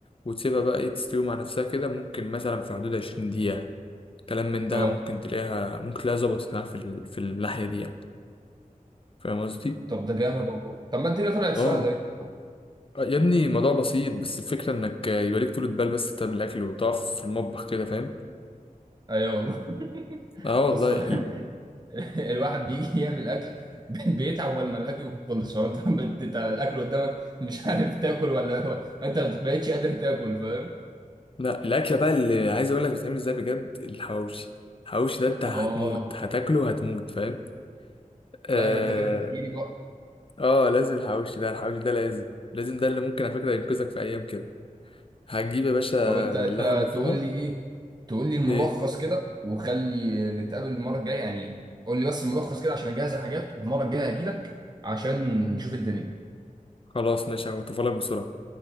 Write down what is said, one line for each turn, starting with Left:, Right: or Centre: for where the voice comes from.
Left: وتسيبها بقى إيه تستوي مع نفسها كده ممكن مثلا في حدود عشرين دقيقة كلام من ده
Right: اه
Left: ممكن تلاقيها ممكن تلاقيها ظبطت معاك في ال- في الناحية دي يعني فاهم قصدي؟
Right: طب ده جامد والله طب ما الدنيا طلعت
Left: اه
Right: سهلة ايه؟
Left: آه يا ابني الموضوع بسيط بس الفكرة انك يبقى ليك طولة بال بس تعمل الأكل وتقف في المطبخ كده فاهم؟
Right: ايوه والله <laughs>
Left: اه
Right: اصلا
Left: والله
Right: الواحد بيجي يعمل اكل <laughs> بي- بيتعب اول ما الاكل يكون خلص هو انت بت- انت الاكل قدامك مش عارف تاكل ولا هو انت ما بقتش قادر تاكل فاهم؟
Left: لا الاكله بقى اللي عايز اقول لك بتتعمل ازاي بجد الحواوشي الحواوشي ده انت
Right: اه
Left: هتموت هتاكله هتموت فاهم اه
Right: لا ده انت كده تحكي لي بقى
Left: اه لازم الحواوشي ده الحواوشي ده لازم لازم ده اللي ممكن على فكره ينقذك في ايام كده هتجيب يا باشا
Right: او انت انت
Left: اللحمه المفرومه
Right: تقول لي ايه تقول لي الملخص
Left: ايه
Right: كده وخلي نتقابل المره الجايه يعني قول لي بس الملخص كده عشان اجهز الحاجات والمره الجايه هجي لك عشان نشوف الدنيا
Left: خلاص ماشي هقطفها لك بسرعه